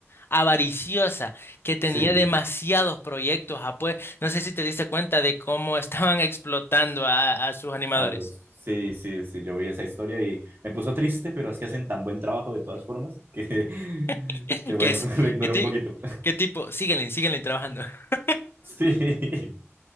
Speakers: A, on the left; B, on the right.
A: avariciosa, que tenía
B: Sí,
A: demasiados proyectos. Ah, pues no sé si te diste cuenta de cómo <laughs> estaban explotando a a sus animadores.
B: a los... Sí, sí, sí, yo vi esa historia y me puso triste, pero es que hacen tan buen trabajo de todas formas que, <laughs>
A: <laughs>
B: que bueno,
A: que es?
B: <laughs> lo ignoro
A: ¿Qué, ti-
B: un poquito. <laughs>
A: qué tipo? Síguenle, síguenle trabajando. <laughs>
B: Sí. <laughs>